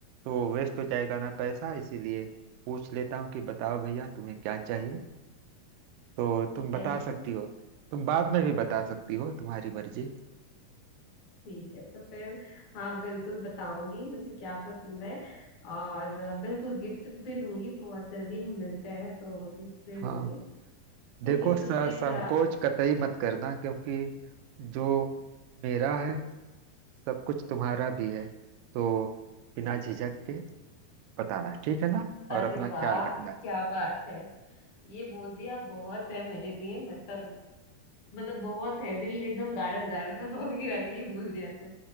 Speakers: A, on the right; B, on the left.
A: तो वेस्ट हो जाएगा ना पैसा इसीलिए पूछ लेता हूँ कि बताओ भैया तुम्हें क्या चाहिए तो तुम बता
B: ऐसे
A: सकती हो तुम बाद में भी बता सकती हो तुम्हारी मर्जी
B: ठीक है तो फिर हाँ बिल्कुल बताऊंगी मुझे क्या पसंद है और अ, बिल्कुल गिफ्ट भी दूंगी बहुत जल्दी हम मिलते हैं तो गिफ्ट भी
A: हाँ
B: दूंगी ठीक
A: देखो
B: है
A: स-
B: तो फिर
A: संकोच
B: अ,
A: कतई मत करना क्योंकि जो मेरा है सब कुछ तुम्हारा भी है तो बिना झिझक के बताना ठीक है ना
B: अरे
A: और अपना
B: वाह
A: ख्याल रखना
B: क्या बात है ये बोल दिया बहुत है मेरे लिए मतलब मतलब बहुत है दिल एकदम गार्डन गार्डन हो गया ये बोल दिया तो